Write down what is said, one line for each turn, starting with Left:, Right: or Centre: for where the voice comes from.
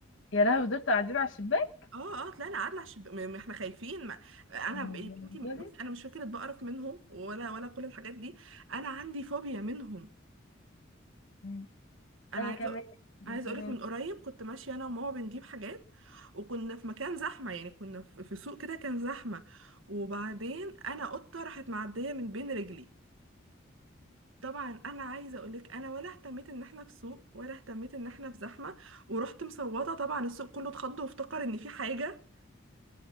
Left: يا لهوي دول قاعدين على الشباك
Right: اه اه طلعنا قعدنا على الشب... م- م- احنا خايفين ما... انا
Left: أنا
Right: ب-
Left: بالنسبة
Right: يا بنتي بصي
Left: لي-
Right: انا مش فكره بقرف منهم ولا ولا كل الحاجات دي انا عندي فوبيا منهم
Left: مم.
Right: انا
Left: أنا
Right: عايزه
Left: كمان
Right: أ-
Left: أنا
Right: عايزه
Left: كمان
Right: اقولك من قريب كنت ماشيه انا وماما بنجيب حاجات وكنا في مكان زحمه يعني كنا في في سوق كده كان زحمه وبعدين انا قطه راحت معديه من بين رجلي طبعا انا عايزه اقولك انا ولا اهتميت ان احنا في سوق ولا اهتميت ان احنا في زحمه ورحت مصوته طبعا السوق كله اتخض وافتكر ان في حاجه